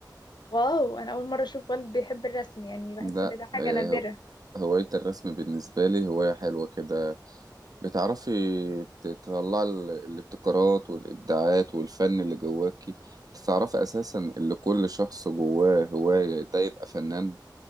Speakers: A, on the left (about 70°); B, on the right (about 55°).
A: واو أنا أول مرة أشوف والد بيحب الرسم يعني بحس
B: لا
A: إن ده حاجة
B: آه،
A: نادرة
B: هواية الرسم بالنسبة لي هواية حلوة كده بتعرفي ت- تطلعي ال- الابتكارات والإبداعات والفن اللي جواكي انت تعرفي أساسا اللي كل شخص جواه هواية ده يبقى فنان